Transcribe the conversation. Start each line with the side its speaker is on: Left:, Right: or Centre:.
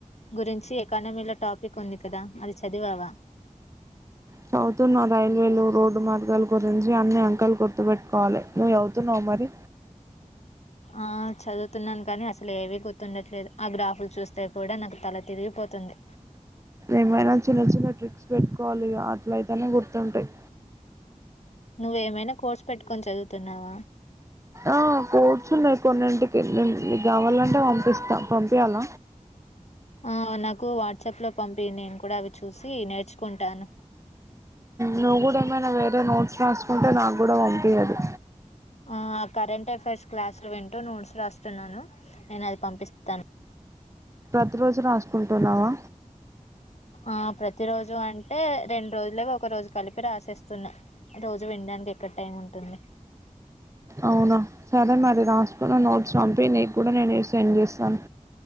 Left: గురించి ఎకానమీలో టాపిక్ ఉంది కదా అది చదివావా.
Right: చదువుతున్నా రైల్వేలు రోడ్డు మార్గాలు గురించి అన్ని అంకలు గుర్తుపెట్టుకోవాలి నువ్వు అవుతున్నావ మరి
Left: ఆ చదువుతున్నాను కానీ అసలు ఏవీ గుర్తుండట్లేదు ఆ గ్రాఫులు చూస్తే కూడా నాకు తల తిరిగిపోతుంది.
Right: ఏమైనా చిన్న చిన్న ట్రిక్స్ పెట్టుకోవాలి అట్లయితేనే గుర్తుంటాయి.
Left: నువ్వేమైనా కోర్స్ పెట్టుకొని చదువుతున్నావా.
Right: ఆ కోడ్స్ ఉన్నాయి కొన్నింటికి నేనుకు కావాలంటే పంపిస్తా పంపించాల
Left: ఆ నాకు వాట్సాప్ లో పంపి నేను కూడా అవి చూసి నేర్చుకుంటాను
Right: నువ్వు కూడా ఏమైనా వేరే నోట్స్ రాసుకుంటే నాకు కూడా పంపిదు
Left: ఆ కరెంట్ అఫైర్స్ క్లాసులు వింటూ నోట్స్ రాస్తున్నాను నేను అది పంపిస్తాను
Right: కొద్ది రోజులు రాసుకుంటున్నావా
Left: ఆ ప్రతి రోజు అంటే రెండు రోజులుగా ఒక రోజు కలిపి రాసేస్తున్నా రోజు వినడానికి ఎక్కడ టైం ఉంటుంది
Right: అవునా సరే మరి రాసుకున్న నోట్స్ పంపి నీకు కూడా నేనే సెండ్ చేస్తాను